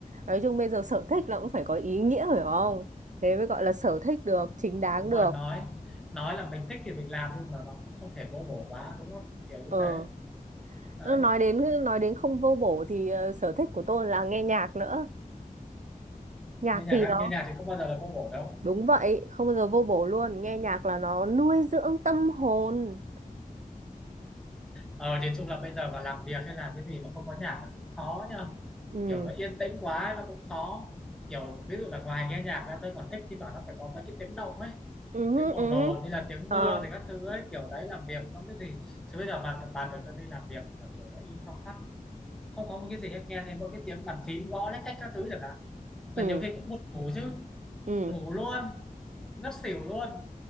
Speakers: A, on the right; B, in the centre.
A: nói chung bây giờ sở thích là cũng phải có ý nghĩa phải không? Thế mới gọi là sở thích được, chính đáng
B: đúng
A: được.
B: rồi nói nói là mình thích thì mình làm nhưng mà nó cũng không thể vô bổ quá đúng không kiểu như
A: Ờ.
B: thế đấy
A: nó Nói đến nói đến không vô bổ thì ờ, sở thích của tôi là nghe nhạc nữa nhạc
B: nghe nhạc
A: thì
B: á,
A: nó
B: nghe nhạc thì có bao giờ là vô bổ đâu
A: đúng vậy không bao giờ vô bổ luôn nghe nhạc là nó nuôi dưỡng tâm hồn
B: Ờ, thì chung là bây giờ mà làm việc hay làm cái gì mà không có nhạc là cũng khó nhá.
A: ừ
B: Kiểu nó yên tĩnh quá nó cũng khó. Kiểu ví dụ là ngoài nghe nhạc ra tôi còn thích thi thoảng nó phải có mấy cái tiếng động ấy,
A: ừ hứ,
B: tiếng ồn
A: ừ
B: ồn
A: hứ,
B: như là tiếng
A: ờ
B: mưa thì các thứ ấy, kiểu đấy làm việc nó mới gì. Chứ bây giờ bà bà tưởng tượng đi làm việc mà kiểu nó im phăng phắc, không có một cái gì hết nghe thấy mỗi cái tiếng bàn phím gõ lách cách các thứ chẳng hạn là
A: ừ
B: nhiều khi cũng buồn ngủ chứ,
A: ừ
B: ngủ luôn, ngất xỉu luôn.